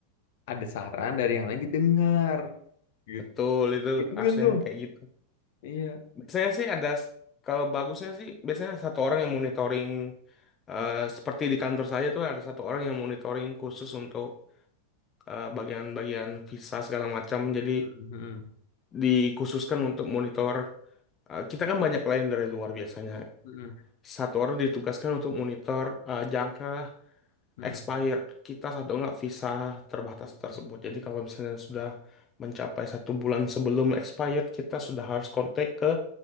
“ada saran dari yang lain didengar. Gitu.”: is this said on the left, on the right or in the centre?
Left